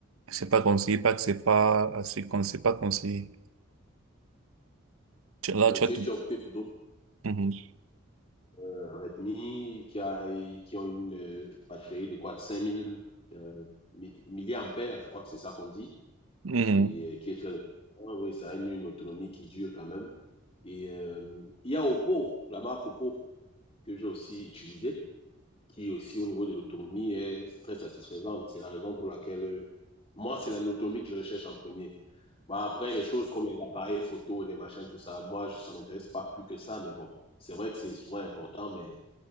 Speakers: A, on the right; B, on the left.
A: C'est pas conseillé, pas que c'est pas, c'est quand c'est pas conseillé. Tu- Là,
B: donc
A: tu as
B: j'ai
A: tout.
B: dû opter pour d'autres
A: Mhm.
B: rythmie qui, a, qui ont une euh, batterie de quoi 5000 euh, milliampères, je crois que c'est ça qu'on dit,
A: Mhm.
B: et euh, qui est très important. Oui, ça a une, une autonomie qui dure quand même. Et euh, il y a Oppo, la marque Oppo, que j'ai aussi utilisée, qui aussi au niveau de l'autonomie est très satisfaisante. C'est la raison pour laquelle euh, moi, c'est l'autonomie que je recherche en premier. Bon, après, les choses comme les appareils photo, les machins, tout ça, moi, je- ça ne m'intéresse pas plus que ça, mais bon, c'est vrai que c'est souvent important, mais